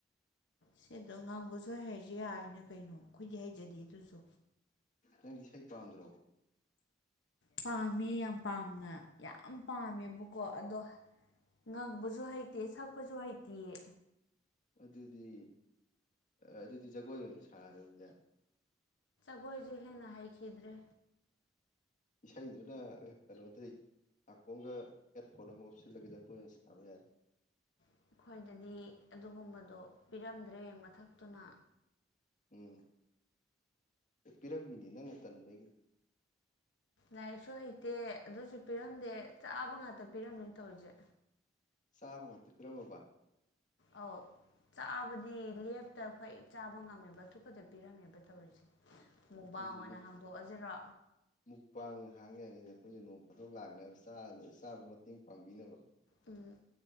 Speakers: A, on the left; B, on the left.
A: ꯁꯤꯗꯣ ꯉꯥꯡꯕꯁꯨ ꯍꯩꯔꯁ ꯌꯥꯔꯅ ꯀꯩꯅꯣ ꯑꯩꯈꯣꯏꯗꯤ ꯍꯩꯖꯗꯦ ꯑꯗꯨꯁꯨ
B: ꯅꯪꯗꯤ ꯏꯁꯩ ꯄꯥꯝꯗ꯭ꯔꯣ
A: ꯄꯥꯝꯃꯦ ꯌꯥꯝ ꯄꯥꯝꯅ ꯌꯥꯝ ꯄꯥꯝꯃꯦꯕꯀꯣ ꯑꯗꯣ ꯉꯪꯕꯁꯨ ꯍꯩꯇꯦ ꯁꯛꯄꯁꯨ ꯍꯩꯇꯦꯌꯦ
B: ꯑꯗꯨꯗꯤ ꯑꯗꯨꯗꯤ ꯖꯒꯣꯏ ꯑꯣꯏꯅ ꯁꯥꯕꯖꯦ
A: ꯑꯩꯈꯣꯏꯁꯨ ꯍꯦꯟꯅ ꯍꯩꯈꯤꯗ꯭ꯔꯦ
B: ꯏꯁꯩꯗꯨꯅ ꯀꯩꯅꯣꯗ ꯑꯈꯣꯡꯒ ꯍꯦꯠꯐꯣꯟ ꯑꯃ ꯑꯣꯞ ꯁꯤꯜꯂꯒꯖꯔ ꯀꯦꯟꯁ ꯁꯔꯦꯔ
A: ꯑꯩꯈꯣꯏꯗꯗꯤ ꯑꯗꯨꯒꯨꯝꯕꯗꯣ ꯄꯤꯔꯝꯗ꯭ꯔꯦ ꯃꯊꯛꯇꯨꯅ
B: ꯎꯝ ꯄꯤꯔꯝꯃꯤꯅꯤ ꯅꯪꯅ ꯇꯟꯕꯒꯤꯅꯤ
A: ꯂꯥꯏꯔꯤꯛꯁꯨ ꯍꯩꯇꯦ ꯑꯗꯨꯁꯨ ꯄꯤꯔꯝꯗꯦ ꯆꯥꯕ ꯉꯥꯛꯇ ꯄꯤꯔꯝꯅꯤ ꯇꯧꯔꯤꯁꯦ
B: ꯁꯕ ꯉ ꯄꯤꯔꯃꯕ
A: ꯑ ꯆꯥꯕꯗꯤ ꯂꯦꯞ ꯇ ꯑꯩꯈꯣꯏ ꯆꯥꯕ ꯉꯝꯃꯦꯕ ꯑꯊꯨꯄꯗ ꯄꯤꯔꯝꯃꯦꯕ ꯇꯧꯔꯤꯁꯦ ꯃꯨꯛꯕꯥꯡ
B: ꯑꯗꯨꯗꯤ
A: ꯑꯣꯏꯅ ꯍꯥꯡꯗꯣꯛꯑꯁꯤꯔꯣ
B: ꯃꯨꯛ ꯄꯥꯡꯉ ꯍꯥꯡꯉꯦ ꯍꯥꯏꯔꯅꯦ ꯑꯩꯈꯣꯏꯁꯨ ꯅꯣꯡ ꯐꯥꯊꯣꯛ ꯂꯥꯛꯅꯕ ꯆꯥꯕꯨ ꯃꯇꯦꯡ ꯄꯥꯡꯕꯤꯅꯕ
A: ꯎꯝ